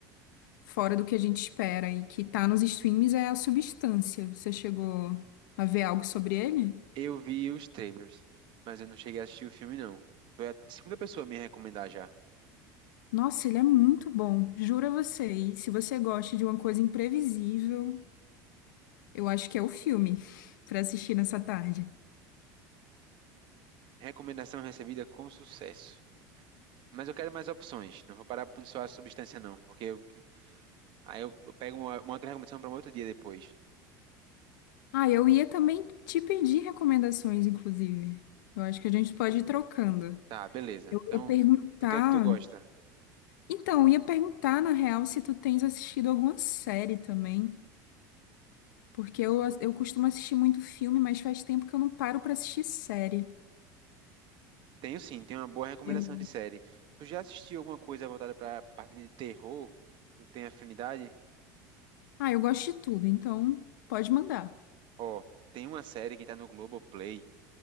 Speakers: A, on the left (about 85°); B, on the right (about 55°).
A: fora do que a gente espera e que tá nos streams é A Substância. Você chegou a ver algo sobre ele?
B: Eu vi os trailers, mas eu não cheguei a assistir o filme, não. Foi a segunda pessoa a me recomendar já.
A: Nossa, ele é muito bom, juro a você. E se você gosta de uma coisa imprevisível, eu acho que é o filme <laughs> pra assistir nessa tarde.
B: Recomendação recebida com sucesso. Mas eu quero mais opções. Não vou parar por só a substância, não, porque eu, que- aí eu eu pego uma, uma outra recomendação para um outro dia depois.
A: Ah, eu ia também te pedir recomendações, inclusive. Eu acho que a gente pode ir trocando.
B: Tá, beleza.
A: Eu
B: Então,
A: ia perguntar.
B: do que é que tu gosta?
A: Então, eu ia perguntar, na real, se tu tens assistido alguma série também. Porque eu, as- eu costumo assistir muito filme, mas faz tempo que eu não paro pra assistir série.
B: Tenho sim, tenho uma boa recomendação
A: Eu...
B: de série. Tu já assistiu alguma coisa voltada para a parte de terror? Tu tem afinidade?
A: Ah, eu gosto de tudo, então pode mandar.
B: Ó, tem uma série que tá no Globoplay.